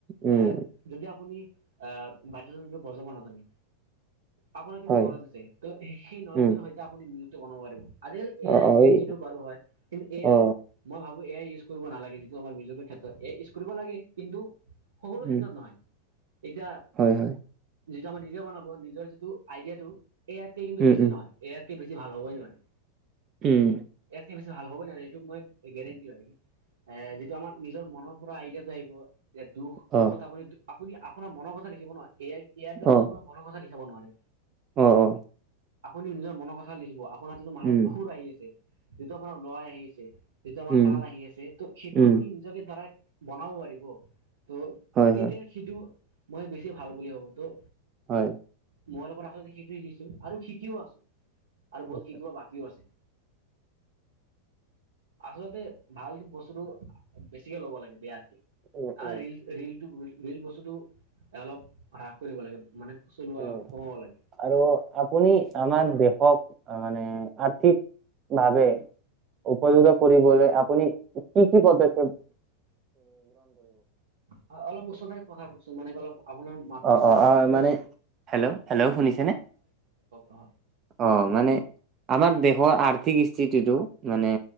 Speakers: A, on the right; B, on the right.
A: উম,
B: এৰ যদি আপুনি আহ বাদ্যযন্ত্ৰ বজাৱ নাজানে আপোনাৰ কিন্তু
A: হয়
B: নলেজ আছে ত সেই নলেজৰ
A: উম
B: সৈতে আপুনি নিযুক্ত বনাব পাৰিব <unintelligible> আজিকালি এয়া
A: অ
B: আহিছিল
A: অ এই
B: সেইটো বাৰু হয় কিন্তু এয়াৰ
A: অ
B: মই ভাবো এয়াই ইউজ কৰিব নালাগে যিটো আমাৰ মিউজিকৰ ক্ষেত্ৰত এ ইউজ কৰিব লাগে কিন্তু সকলো ক্ষেত্ৰত
A: উম
B: নহয় এতিয়া
A: হয় হয়
B: নিজা আমাৰ নিজে বনাব, নিজৰ যিটো আইডিয়াটো, এই আয়াতকে কিন্তু
A: উম
B: বেছি
A: উম
B: মাৰ‌ হয় বেছি ভাল হ'বই নোৱাৰে
A: উম
B: ইয়াতকে বেছি ভাল হ'ব ন এইটো মই গেৰেণ্টি হয় কি এ যিটো আমাৰ নিজৰ মনৰ পৰা আইডিয়াটো আহিব। যে দুখ
A: অ
B: দুখত আপুনি আপোনাৰ মনৰ কথা লিখিব ন এআই এআই দ্বাৰা
A: অ
B: আপোনাৰ কথা লিখিব খাব নোৱাৰে
A: অ অ
B: আপুনি নিজৰ মনৰ কথা লিখিব আপোনাৰ যিটো মানত
A: উম
B: খুৰ আহি আছে যিটো আপোনাৰ লৰা আহি আছে যিটো আমাৰ
A: উম
B: তাল আহি আছে ত সেইটো
A: উম
B: আপুনি নিজকে ধাৰাই বনাব পাৰিব ত'
A: হয়
B: তেতিয়া
A: হয়
B: সিটো মই বেছি ভাল বুলি ভাবো ত'
A: হয়
B: মই মোবাইলৰ পৰা আচলতে সেইটোৱে শিকছো আৰু শিকিও আছো। আৰু বহুত
A: উম
B: কি কিব বাকীওঁ আছে আচলতে। ভাল বস্তুতটো বেছিকে ল'ব লাগে বেয়াতকে
A: উম উম
B: অঁ ৰি'ল ৰি'ল টো। ৰিল বস্তুটো অলপ হ্ৰাস কৰিব লাগে। মানে চলোৱা
A: উম।
B: কমাব লাগে।
A: আৰু আপুনি আমাৰ দেশক মানে আৰ্থিক ভাৱে। উপযোগ কৰি আপুনি কি কি পথা।
B: হয় অলপ ওচৰতে কথা কওঁকচোন মানে অলপ আপোনাৰ মাত্ৰ
A: অ অ অ
B: প
A: মানে হেল্ল' হেল্ল' শুনিছেনে
B: অ
A: অঁ মানে আমাৰ। দেশৰ আৰ্থিক স্থিতিটো মানে